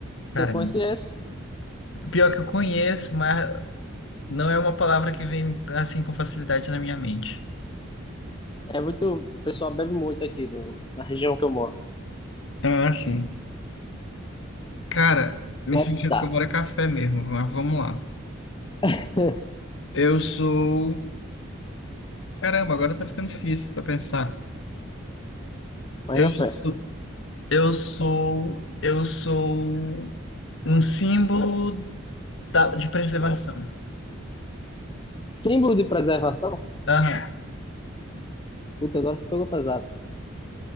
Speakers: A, on the left (about 25°); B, on the left (about 65°).
A: Você
B: Caramba.
A: conhece esse?
B: Pior que eu conheço, mas não é uma palavra que vem assim com facilidade na minha mente.
A: É muito. O pessoal bebe muito aqui no, na região que eu moro.
B: Ah, sim. Cara, <laughs> me
A: Mas
B: que eu
A: tá.
B: moro é café mesmo, mas vamos lá.
A: <laughs>
B: Eu sou. Caramba, agora tá ficando difícil pra pensar.
A: Mas
B: Eu
A: na fé.
B: sou. Eu sou. Eu sou um símbolo da- de preservação.
A: Símbolo de preservação?
B: Aham.
A: Puta, agora você pegou pesado.